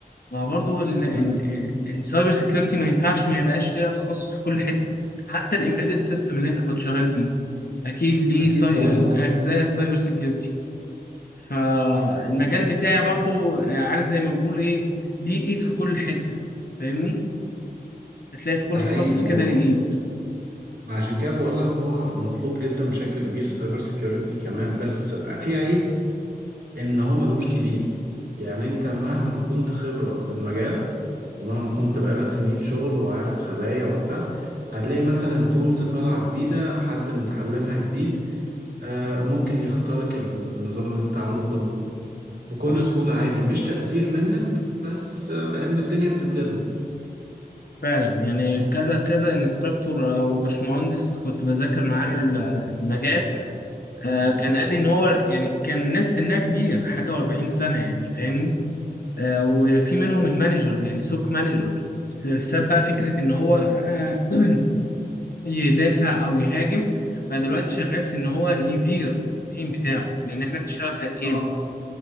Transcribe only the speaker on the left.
ما برضه
السايبر security ما ينفعش ما يبقاش ليها تخصص في كل حتة حتى الامبيدد سيستم اللي انت كنت شغال فيه اكيد ليه
ساي...
اجزاء سايبر security فالمجال
بتاعي برضو آه، عارف زي ما بيقول ايه ليه ايد في كل حتة فاهمني هتلاقي في كل
تخصص
كده
ليه ايد
صح
فعلا يعني كذا كذا انستراكتور او باشمهندس كنت بذاكر معاه المجال آه، كان قال لي ان هو يعني كان الناس سنها كبير حاجه و40 سنه يعني فاهمني آه، وفي منهم المانجر يعني سوق مانجر بس ساب بقى فكره ان هو آه، <clears throat> يدافع او يهاجم بقى دلوقتي شغال في ان هو يدير التيم بتاعه لان احنا بنشتغل في اتيام